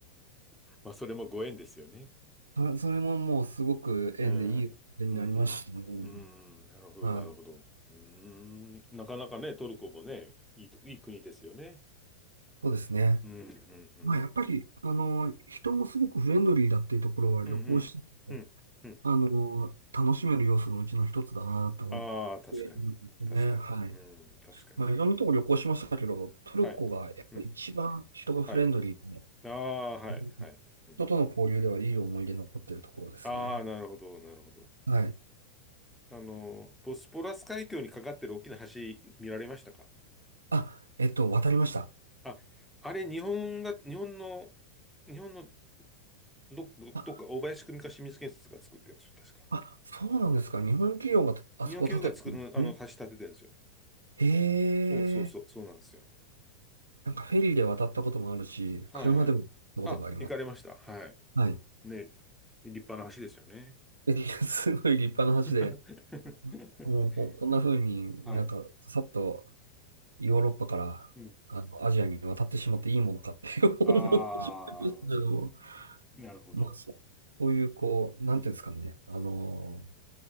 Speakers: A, in the centre; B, on the right.
A: <laughs> まあ、それもご縁ですよね。
B: <laughs> それそれももうすごく縁でいい思い出になりましたね。
A: うん、うん、うん、うん、なるほど、
B: はい。
A: なるほど。うーん、なかなかね、トルコもね、いいと、いい国ですよね。
B: そうですね。
A: うん、うん、うん、
B: まあやっぱり、あの、人もすごくフレンドリーだっていうところは旅行してて、
A: うん、うん、うん、うん。
B: あの、楽しめる要素のうちの一つだなと思ってるんですね。
A: ああ、確かに、確かに、
B: はい。
A: うん、確かに。
B: まあ、いろんなとこ旅行しましたけど、トルコがやっぱり一番人がフレンドリーで、
A: はい、うん、はい。ああ、はい、
B: うん
A: はい。うん、
B: 人との交流ではいい思い出残ってるところですね。
A: うん。ああ、なるほど、なるほど。
B: はい。
A: あの、ボスポラス海峡にかかってる大きな橋見られましたか
B: あ、えっと、渡りました。
A: あ、あれ、日本が、日本の、日本のど、どどっか、
B: あ、
A: 大林組か清水建設が作ってるんですよ、確か。
B: あ、そうなんですか。日本企業があそこ建ててるんですね。
A: 二4 9が作る、あの、橋立ててるんですよ。
B: へえ、
A: そうそうそう、そうなんですよ。
B: なんかフェリーで渡ったこともあるし、
A: はいはい。
B: 車でも行ったことがあります。
A: あ、行かれました。はい。
B: はい。
A: ね、立派な橋ですよね。
B: <laughs> すごい立派な橋で、
A: <laughs>
B: もうこうこんな風になんかさっと
A: はい。
B: ヨーロッパからあのアジアに渡ってしまっていいものかって
A: うん。
B: <laughs> 思ってしまいましたけど、
A: ああ、なるほど。
B: まあ、そうそういう、こう、なんていうんですかね、
A: うん。
B: あの、